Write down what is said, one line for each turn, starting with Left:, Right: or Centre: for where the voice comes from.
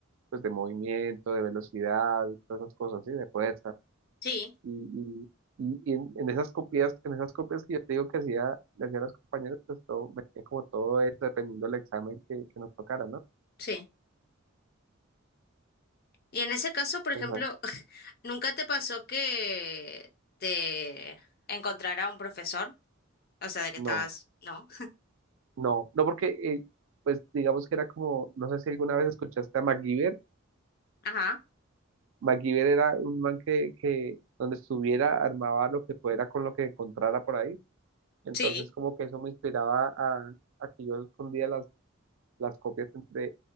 Right: pues, de movimiento, de velocidad, todas esas cosas, ¿sí? De fuerza.
Left: Sí,
Right: Y, y, y y en, en esas copias, en esas copias que yo te digo que hacía, le hacía a los compañeros, pues todo, metía como todo esto, dependiendo del examen que, que nos tocara, ¿no?
Left: sí. Y en ese caso, por ejemplo,
Right: Exacto.
Left: <laughs> ¿nunca te pasó que te encontrara un profesor? O sea, de que
Right: No.
Left: estabas, ¿no?
Right: No, no porque, eh, pues digamos que era como, no sé si alguna vez escuchaste a MacGyver.
Left: Ajá,
Right: MacGyver era un man que, que donde estuviera armaba lo que fuera con lo que encontrara por ahí. Entonces
Left: sí,
Right: como que eso me inspiraba a, a que yo escondía las, las copias entre...